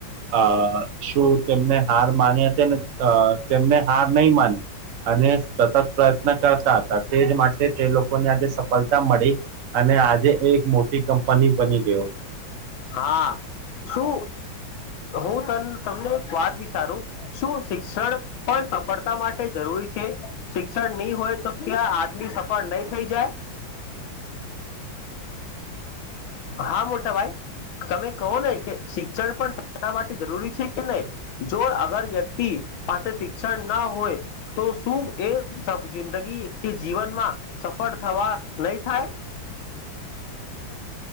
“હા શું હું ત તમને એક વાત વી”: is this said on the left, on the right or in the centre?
Left